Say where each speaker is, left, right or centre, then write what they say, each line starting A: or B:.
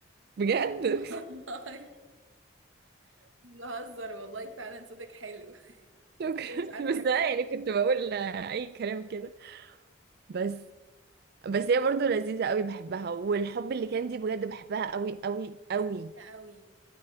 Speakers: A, on the right; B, on the right.
A: بجد <laughs>
B: والله بهزر والله فعلا صوتك حلو <laughs>
A: شكرا
B: ازاي مش عارفه
A: بس
B: حاجه
A: انا
B: زي
A: يعني كنت
B: كده
A: بقول اي كلام كده بس بس هي برضو لذيذه قوي بحبها والحب اللي كان دي بجد بحبها قوي قوي قوي
B: دي كتير قوي